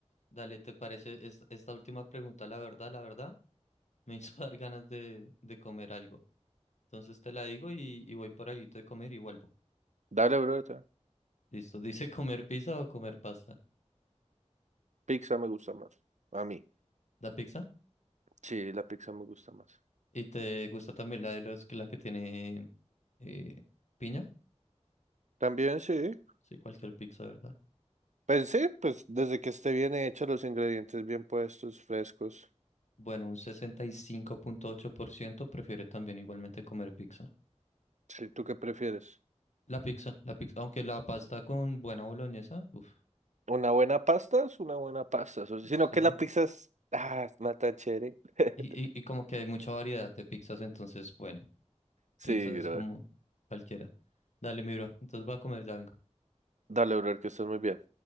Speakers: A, on the left (about 75°); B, on the right (about 80°).
A: Dale, ¿te parece es- esta última pregunta? La verdad, la verdad, me hizo <laughs> dar ganas de, de comer algo. Entonces te la digo y, y voy por algo de comer y vuelvo.
B: Dale, bro.
A: Listo, dice <laughs> comer pizza o comer pasta.
B: Pizza me gusta más. A mí.
A: ¿La pizza?
B: Sí, la pizza me gusta más.
A: ¿Y te gusta también la de los que la que tiene eh, piña?
B: También sí.
A: Sí, cualquier pizza, ¿verdad?
B: Pues sí, pues desde que esté bien hecho, los ingredientes bien puestos, frescos.
A: Bueno, un sesenta y cinco punto ocho por ciento prefiere también igualmente comer pizza.
B: Sí, ¿tú qué prefieres?
A: La pizza, la pizza, aunque la pasta con buena boloñesa, uff,
B: ¿Una buena pasta? Es una buena pasta. o sea, sino
A: sí.
B: que la pizza es... Ah, es más tan chévere. <laughs>
A: Y, y, y como que hay mucha variedad de pizzas, entonces, bueno,
B: Sí,
A: pizza es
B: brother.
A: como cualquiera. Dale, mi bro, entonces va a comer, ya vengo.
B: Dale, brother, que estás muy bien.